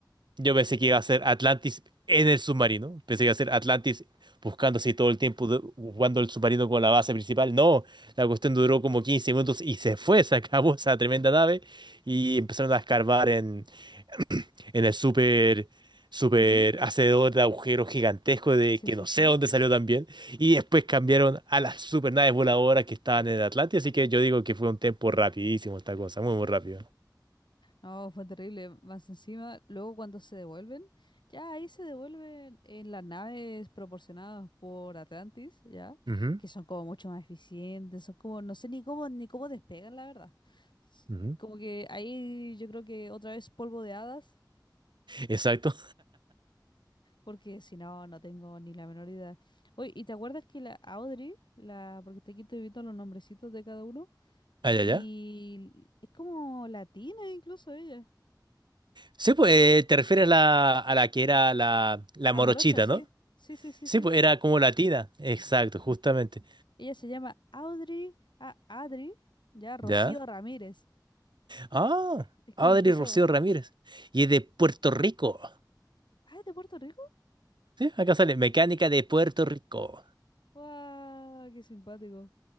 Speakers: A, on the right; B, on the left.
A: yo pensé que iba a ser Atlantis en el submarino. Pensé que iba a ser Atlantis buscando así todo el tiempo, de- jugando el submarino con la base principal. No, la cuestión duró como 15 minutos y se fue, <laughs> se acabó esa tremenda nave y empezaron a escarbar en, <clears throat> en el super super
B: ujú.
A: hacedor de agujeros gigantesco de
B: Sí,
A: que
B: sí,
A: no
B: sí.
A: sé dónde salió también. Y después cambiaron a las super naves voladoras que estaban en el Atlantis. Así que yo digo que fue un tiempo rapidísimo esta cosa, muy, muy rápido.
B: No, fue terrible. Más encima, luego cuando se devuelven, ya ahí se devuelven en las naves proporcionadas por Atlantis, ya,
A: Ujú,
B: que son como mucho más eficientes, son como, no sé ni cómo, ni cómo despegan, la verdad. S-
A: ujú.
B: Como que ahí yo creo que otra vez polvo de hadas,
A: Exacto.
B: porque si no, no tengo ni la menor idea. Oye, ¿y te acuerdas que la Audrey, la, porque te- aquí estoy viendo los nombrecitos de cada uno,
A: <laughs> Allá,
B: y
A: allá.
B: es como latina incluso ella?
A: Sí, pues eh, te refieres a la, a la que era la, la
B: La
A: morochita,
B: morocha, sí.
A: ¿no?
B: Sí, sí, sí,
A: Sí,
B: sí.
A: pues era como latina. Exacto, justamente.
B: Ella se llama Audrey, ah, Adri, ya Rocío
A: ¿Ya?
B: Ramírez.
A: Ah,
B: Es como
A: Audrey
B: incluso,
A: Rocío Ramírez. Y es de Puerto Rico.
B: ah, ¿es de Puerto Rico?
A: Sí, acá sale, mecánica de Puerto Rico.
B: ¡Guau! ¡Qué simpático!